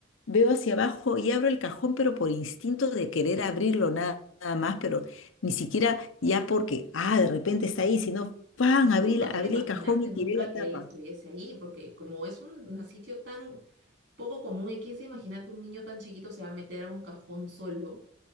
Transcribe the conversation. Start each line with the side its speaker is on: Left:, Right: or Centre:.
Left: veo hacia abajo y abro el cajón, pero por instinto de querer abrirlo nada, nada más, pero ni siquiera ya porque, ah, de repente está ahí, sino, ¡pam!
Right: Claro,
Left: Abrí,
Right: no
Left: la- abrí
Right: te lo imaginaste
Left: el cajón y
Right: nunca
Left: tiré la
Right: que
Left: tapa.
Right: él estuviese ahí, porque como es un, un sitio tan poco común, ¿y quién se imagina que un niño tan chiquito se va a meter a un cajón solo?